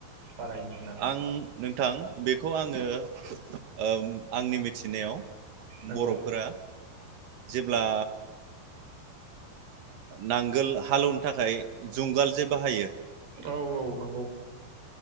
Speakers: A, on the right (about 60°); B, on the right (about 75°).
A: बानायनो होननानै
B: आं नोंथां बेखौ आङो आंनि मिथिनायाव
A: नंगौ
B: बर'फोरा जेब्ला नांगोल हालेवनो थाखाय जुंगाल जे बाहायो।
A: औ औ नंगौ।